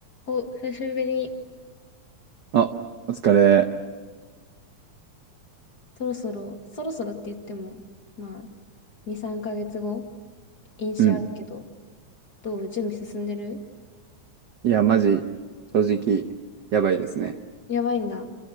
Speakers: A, on the left; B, on the right.
A: お、久しぶりに、
B: あ、お疲れ。
A: そろそろ、そろそろって言っても、まあ、2、3ヶ月後、飲酒あるけど、
B: うん。
A: どう準備進んでる
B: いや、マジ、正直、やばいですね。
A: やばいんだ。